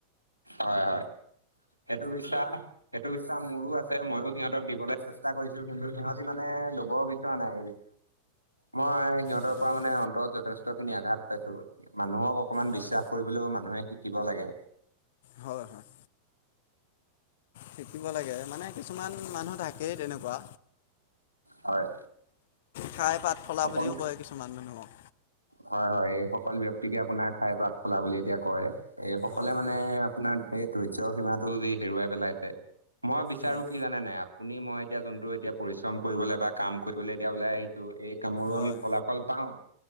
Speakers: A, on the right (about 80°); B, on the left (about 55°).
A: হয় হয়। সেইটো বিশ্বাস সেইটো বিশ্বাস মোৰো আছে, মইয়ো সিহঁতক দিবলৈ চেষ্টা কৰিছো, কিন্তু সিহঁতি মানে ল'ব বিচৰা নাই এই মই সিহঁতৰ
B: হয়
A: পৰা
B: হয়
A: মানে অন্তৰত যথেষ্ট খিনি আঘাত পাইছো। মানুহক অকমান
B: হয়
A: বিশ্বাস কৰিবলেও মানুহে শিকিব লাগে।
B: হয় হয়। শিকিব লাগে, মানে কিছুমান মানুহ থাকেই তেনেকুৱা।
A: হয়।
B: খাই পাত ফলা
A: অকল
B: বুলিও কয় কিছুমান মানুহক।
A: হয় হয় এই সকল ব্যক্তিকে আপোনাৰ খাইৰ পাত ফলা বুলি এতিয়া কয়। এই সকলে
B: হয়
A: মানে
B: হয়
A: আপোনাৰ এই ধৈৰ্য্য সীমাটো যি হেৰুৱাই পেলাইছে। মই বিচাৰো
B: হয়
A: কি জানে নাই আপুনি মই এতিয়া যোনটো এতিয়া পৰিশ্ৰম কৰিবলৈ বা কাম কৰিবলৈ এতিয়া ওলাই আহিলো, এই কামৰো
B: হয়
A: আমি ফলাফল পাওঁ,